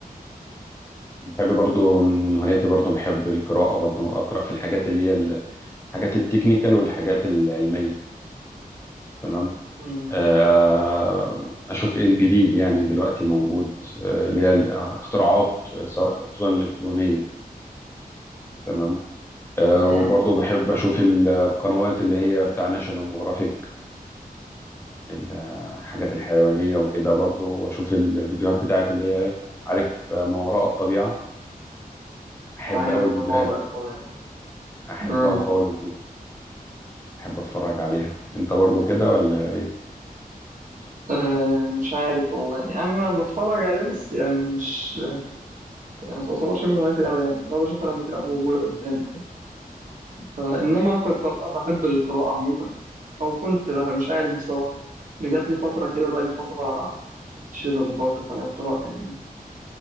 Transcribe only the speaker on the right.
مم.
مم.
عارف
أنا وضعك
طبيعي
مم.
آه، مش عارف والله يعني أنا بتفرج عليه بس يعني مش يعني ما تعتبرش من هوايتي أوي يعني لو بشوفها لما تبقى موجودة قدامي فإنما في القراءة بحب القراءة عموما أو كنت مش عارف بصراحة إن جات لي فترة كده بقى لي فترة شبه متوقف عن القراءة يعني